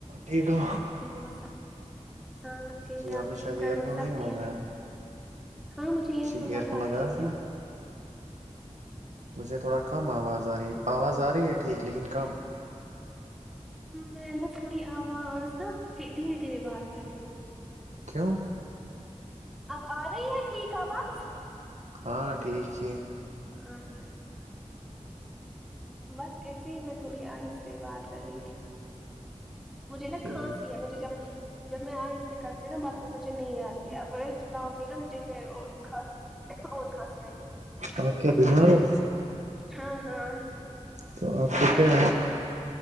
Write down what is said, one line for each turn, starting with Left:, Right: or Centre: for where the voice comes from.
Right: ٹھیک ہو
Centre: وعلیکم السلام ہاں اچھے
Right: جی
Centre: سے آپ
Right: نے
Centre: ٹھیک
Right: شاید ایئر
Centre: گھر میں
Right: فون
Centre: سب
Right: نہیں
Centre: ٹھیک
Right: لگایا
Centre: ہے ہاں مجھے ایئر
Right: جی
Centre: فون لگا
Right: لگایا
Centre: کے ہیں
Right: آپ
Centre: کیوں
Right: نے مجھے تھوڑا کم آواز آ رہی ہے آواز آ رہی ہے ٹھیک لیکن کم
Centre: میں نا تھوڑی اواز نہ دھیرے دھیرے بات کر رہی ہوں
Right: کیا ہوا
Centre: اب آ رہی ہے ٹھیک آواز
Right: ہاں ٹھیک ہی ہے
Centre: اچھا بس ایسے ہی میں تھوڑی آہستہ بات کر رہی تھی مجھے نا
Right: ٹھیک
Centre: کھانسی ہے مجھے جب جب میں اہستہ کرتی ہوں نا بات پھر مجھے نہیں آتی ہے اپ چلاؤں گی نا مجھے پھر اور کھانسی اور کھانسی آئے گی
Right: اپ کیا بیمار ہو
Centre: ہاں ہاں
Right: تو آپ تو کیا ہے